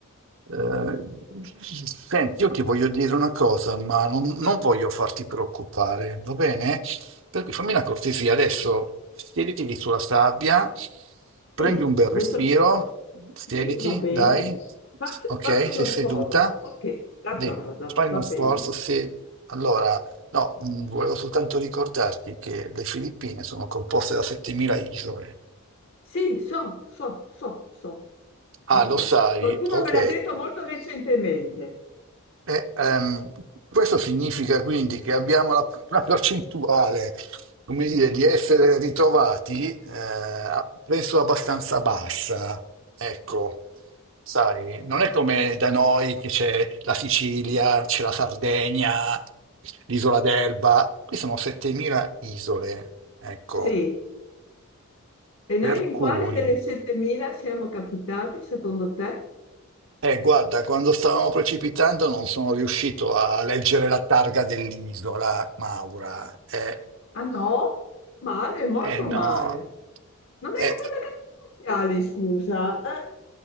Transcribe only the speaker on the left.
Sì,
adesso sì,
Sì, va bene.
Fa-
Faccio uno
sforzo. Ok, d'accordo,
va
bene.
Sì, so, so, so, so,
lo so.
Qualcuno
me l'ha detto molto recentemente.
Sì. E noi
in quale
delle 7.000 siamo capitati, secondo te?
Ah no? Male, molto
male. Non
hai appena cambiato gli occhiali, scusa. Eh,